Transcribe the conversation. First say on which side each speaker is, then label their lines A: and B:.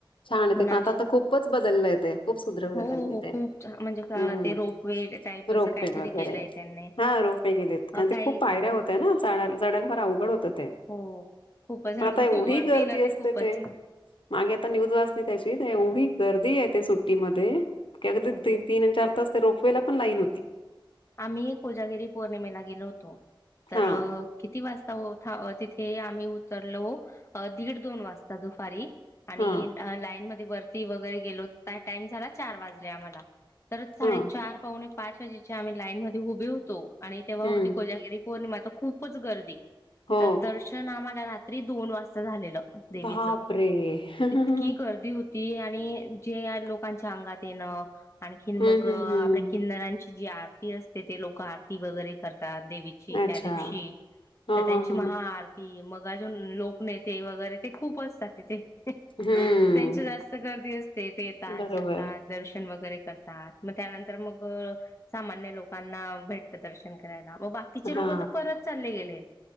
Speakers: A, on the left; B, on the left.
A: छान आहे
B: मग
A: ते
B: नाश
A: पण आता आता खूपच बदललं आहे ते खूप सुधरवू
B: हो
A: त्यांनी
B: हो
A: ते
B: खूप छान म्हणजे
A: हम्म
B: ते रोपवे टाईप असं
A: रोपवे
B: काहीतरी
A: वगैरे
B: केलंय त्यांनी
A: हा रोपवे गेलेत
B: अ
A: कारण ते
B: काही
A: खूप पायऱ्या
B: काय
A: होत्या ना डला फार अवघड होत ते
B: हो खूपच
A: पण
B: हळू
A: आता एवढी
B: वरती
A: गर्दी
B: ना
A: असते
B: खूपच
A: ते मागे आता न्यूज वाचली त्याची एवढी गर्दी आहे ते सुट्टीमध्येध्ये की अगदी
B: हो
A: तीन आणि चार तास ते रोपवेला पण लाईन होती
B: आम्ही कोजागिरी पौर्णिमेला गेलो होतो तर
A: हा
B: किती वाजता तिथे आम्ही उतरलो दीड दोन वाजता दुपारी आणि
A: हा
B: लाईन मध्ये वरती वगैरे गेलो टाइम झाला चार वाजले आम्हाला तरच साडेचार
A: हा
B: पावणे पाच वाजेच्या आम्ही लाईन मध्ये उभे होतो आणि तेव्हा
A: हम्म
B: होती कोजागिरी पौर्णिमा तर खूपच गर्दी
A: हो
B: तर दर्शन आम्हाला रात्री दोन वाजता झालेलं देवीच
A: बापरे हम्म
B: इतकी गर्दी होती आणि जे लोकांच्या अंगात येण आणख
A: हम्म
B: मग आपल्या
A: हम्म
B: किन्नऱांची जी आरती असते ते लोक आरती वगैरे करते देवीची
A: अच्छा
B: त्या दिवशी
A: हा
B: तर त्यांची
A: हा हा
B: महा आरती मग ाज लोक नेते वगैरे ते खूप असतात तिथे त्यांची
A: हम्म
B: जास्त गर्दी अस तेथ येतात
A: बरोबर
B: जातात दर्शन वगैरे करतात मग त्यानंतर मग सामान्य लोकांना भेटत दर्शन करायला म बाकीचे
A: हा
B: लोक तर परत चालले गेले